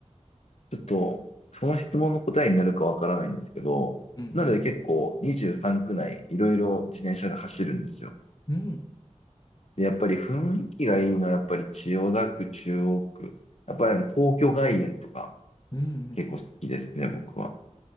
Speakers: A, on the left; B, on the left.
A: ちょっと、その質問の答えになるかわからないんですけど、
B: うん
A: なので結構23区内いろいろ自転車で走るんですよ。
B: うん。うん。
A: で、やっぱり雰囲気がいいのはやっぱり千代田区、中央区。やっぱりあの皇居外苑とか
B: うんうん。
A: 結構好きですね、僕は。